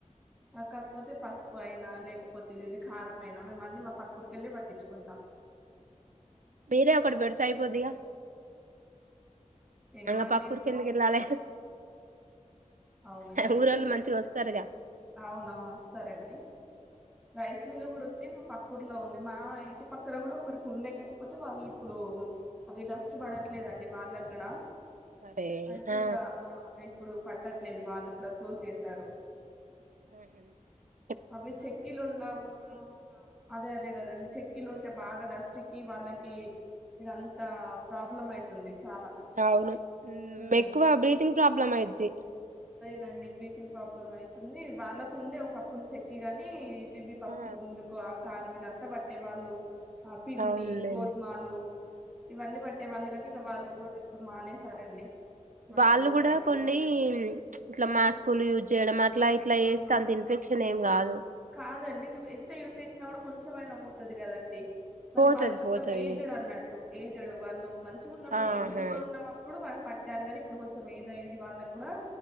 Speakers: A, in the centre; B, on the right.
A: కాకపోతే పస్ పు అయినా లేకపో ఇదేందీ కారం అయినా మేమన్ని మా పక్కూర్కెళ్లే పట్టించుకుంటాం
B: మీరే ఒకటి పెడితే అయిపోద్దిగా
A: ఏమో
B: ఇంగ
A: అండి
B: పక్కూరికి
A: ఇప్పుడు
B: ఎందుకు వెళ్ళాలే
A: అవును గని
B: ఊరోళ్ళు మంచిగా వస్తారుగా
A: అవునవును వస్తారండి రైస్ మిల్ కూడా ఉంది మా పక్ కుర్లో ఉంది మా ఇంటి పక్కన కూడా ఒకరికి ఉండే కాకపోతే వాళ్ళు ఇప్పుడు అదే డస్ కి పడట్లేదండి వాళ్ళ కూడా
B: అరే
A: అయితే
B: ఆ
A: ఇంకా అ ఇప్పుడు పట్ట ట్లేదు వాళ్ళు కూడా క్లోజ్ చేశారు
B: మ్ హు
A: అవి చెక్కిలు ఉన్నా కూడా అ అదే అదే కదండి చెక్కిలు ఉంటే బాగా డస్ కి వాళ్ళకి ఇదంత ప్రాబ్లం అయితుంది చాలా
B: అవును
A: ఉమ్
B: మ్ ఎక్కువ బ్రీతింగ్ ప్రాబ్లం అయిద్ధి
A: నండి బ్రీతింగ్ ప్రాబ్లం అయితుంది వాళ్ళకుండే ఒకప్పుడు చెక్కి గాని ఇవి పసుపు
B: ఆ
A: కొమ్ములకో ఆ కారం ఇదంతా పట్టే వాళ్ళు ఆ పిండి
B: అవునులేండి
A: గోధుమలు ఇవన్నీ బట్టే వాళ్ళు కాని ఇగ వాళ్ళు కూడా ఇప్పుడు మానేసారండి వాళ్ళకు
B: వాళ్ళు కూడా
A: సరిగ్గా
B: కొన్ని ఇట్లా
A: హ్మ్.
B: మాస్కులు యూజ్ చేయడం అట్లా ఇట్లా వేస్తే
A: ఆ
B: అంత ఇన్ఫెక్ క్షన్ ఎం కదు
A: కాదండి ఎంత యూస్్ చేసినా కూడా కొంచెంమయినా పోతది కదండి మళ్ళీ
B: పోతది
A: వాళ్ళు కొంచం
B: పోతది
A: ఏజ్డ్ అన్నట్టు ఏజ్డ్ వాళ్ళు మంచిగా ఉన్నప్పుడు
B: ఆహా
A: ఎయంగ ఉన్నప్పుడు వా పట్టారు కానీ ఇప్పుడు కొంచెం ఏజ్ అయింది వాళ్ళకి కూడా